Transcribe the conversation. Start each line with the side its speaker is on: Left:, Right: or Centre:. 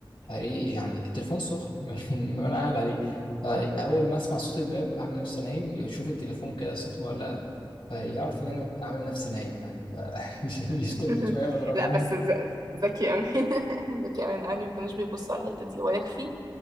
Left: فايه يعني التليفون سخن <laughs> من وانا قاعد عليه فاول ما اسمع صوت الباب اعمل نفسي نايم يشوف التليفون كده سخن ولا لا فيعرف ان انا عامل نفسي نايم يعني فيشتمني
Right: <laughs>
Left: <laughs> شويه واضربني
Right: لا بس ذ- ذكي قوي <laughs> ذكي قوي انا اهلي ما كانوش بيبصوا على الحته دي ويكفي